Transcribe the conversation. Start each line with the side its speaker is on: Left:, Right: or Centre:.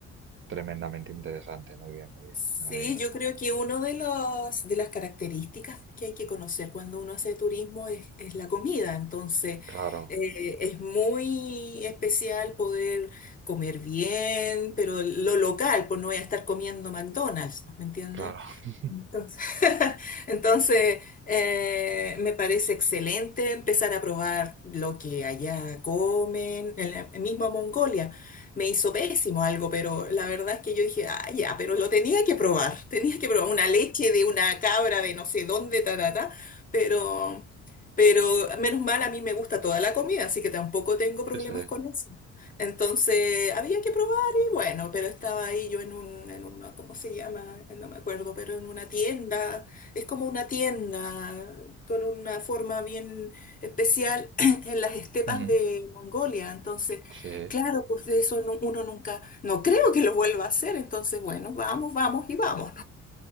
Right: tremendamente interesante. Muy bien, muy bien.
Left: Sí,
Right: Me alegro.
Left: yo creo que una de los, de las características que hay que conocer cuando uno hace turismo es, es la comida. Entonces,
Right: Claro,
Left: eh, es muy especial poder comer bien, pero lo local, pues no voy a estar comiendo McDonald's, ¿me entiendes?
Right: claro. <laughs>
Left: Entonces, <laughs> entonces, eh, me parece excelente empezar a probar lo que allá comen, en la misma Mongolia. Me hizo pésimo algo, pero la verdad es que yo dije, ah, ya, pero lo tenía que probar, <laughs> tenía que probar una leche de una cabra de no sé dónde, ta, ta, ta, pero, pero menos mal, a mí me gusta toda la comida, así que tampoco tengo problemas
Right: Sí, sí.
Left: con eso. Entonces, había que probar. Bueno, pero estaba ahí yo en un, en una, ¿cómo se llama? No me acuerdo, pero en una tienda, es como una tienda con una forma bien especial <clears throat> en las estepas
Right: Ujú.
Left: de Mongolia. Entonces,
Right: Sí.
Left: claro, pues de eso no- uno nunca, no creo que lo vuelva a hacer. Entonces, bueno, vamos, vamos y vamos.